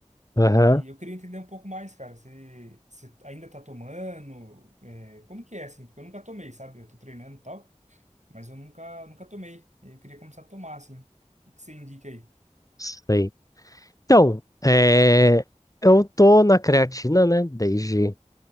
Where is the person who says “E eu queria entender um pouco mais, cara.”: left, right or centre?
Right